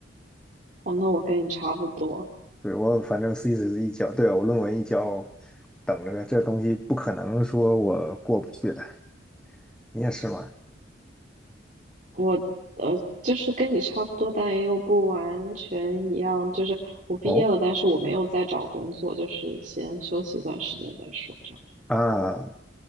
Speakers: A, on the right; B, in the centre.
A: 哦，那我跟你差不多，
B: 对，我反正 thesis 一交，对啊，我论文一交，等着呗。这东西不可能说我过不去的。你也是吗？
A: 我呃就是跟你差不多，但也又不完全一样。就是我毕业了，
B: 哦，
A: 但是我没有再找工作，就是先休息一段时间再说这样。
B: 啊，